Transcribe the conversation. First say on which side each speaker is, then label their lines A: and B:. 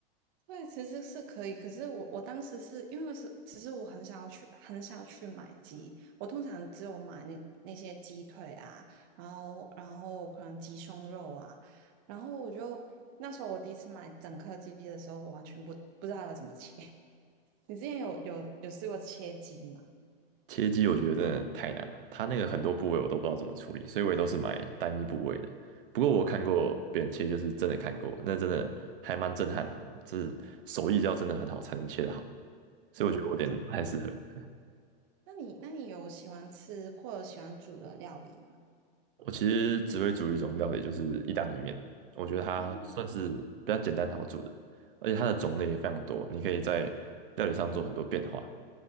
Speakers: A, on the right (about 25°); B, on the right (about 60°).
A: 对，其实是可以。可是我我当时是因为是，其实我很少去很少去买鸡，我通常只有买那那些鸡腿啊，然后然后可能鸡胸肉啊，然后我就那时候我第一次买整颗鸡的时候，我完全不不知道要怎么切。<laughs> 你之前有有有试过切鸡吗？
B: 切鸡我觉得真的太难了，它那个很多部位我都不知道怎么处理，所以我也都是买单一部位的。不过我看过别人切，
A: 嗯，
B: 就是真的看过，那真的还蛮震撼的，这手艺要真的很好才能切得好，所以我觉得我有点不太适合。
A: 哦，这，那你那你有喜欢吃或者喜欢煮的料理吗？
B: 我其实只会煮一种料理，就是意大利面。我觉得它算是比较简单好煮的，
A: 哦，
B: 而且它的种类也非常多，你可以在料理上做很多变化。